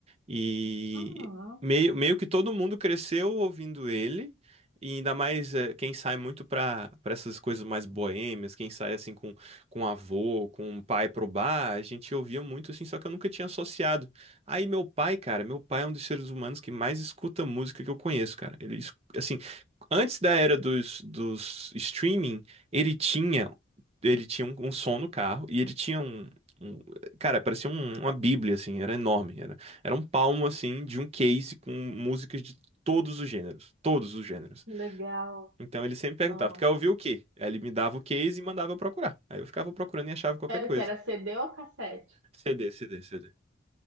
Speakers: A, on the right; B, on the right.
A: E
B: Ah,
A: meio, meio que todo mundo cresceu ouvindo ele. E ainda mais eh, quem sai muito pra, pra essas coisas mais boêmias, quem sai assim com, com avô, com um pai pro bar, a gente ouvia muito assim, só que eu nunca tinha associado. Aí meu pai, cara, meu pai é um dos seres humanos que mais escuta música que eu conheço, cara. Ele, es- assim, antes da era dos, dos streaming, ele tinha ele tinha um, um som no carro e ele tinha um, um- Cara, parecia um- uma bíblia, assim, era enorme. Era, era um palmo, assim, de um case com músicas de todos os gêneros. Todos os gêneros.
B: que legal.
A: Então ele sempre perguntava,
B: Nossa.
A: tu quer ouvir o quê? Aí ele me dava o case e mandava eu procurar. Aí eu ficava procurando e achava qualquer
B: Era
A: coisa.
B: o que era CD ou cassete?
A: CD, CD, CD.